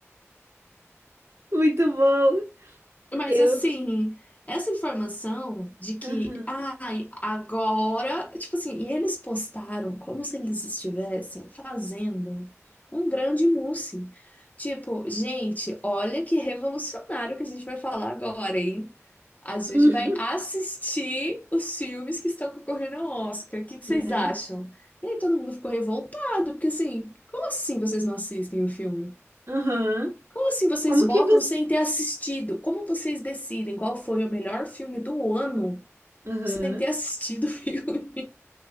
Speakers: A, on the right; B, on the left.
A: muito bom.
B: Mas
A: Eu,
B: assim, essa informação de que,
A: aham,
B: ai, agora, tipo assim, e eles postaram como se eles estivessem fazendo um grande mousse. Tipo, gente, olha que revolucionário que a gente vai falar agora, hein? A gente
A: <laughs> uhum,
B: vai assistir os filmes que estão concorrendo ao Oscar. O que que vocês
A: né?
B: acham? E aí todo mundo ficou revoltado, porque assim, como assim vocês não assistem o filme?
A: Aham.
B: Como assim vocês
A: Como
B: votam
A: que você?
B: sem ter assistido? Como vocês decidem qual foi o melhor filme do ano
A: Aham.
B: sem ter assistido o filme?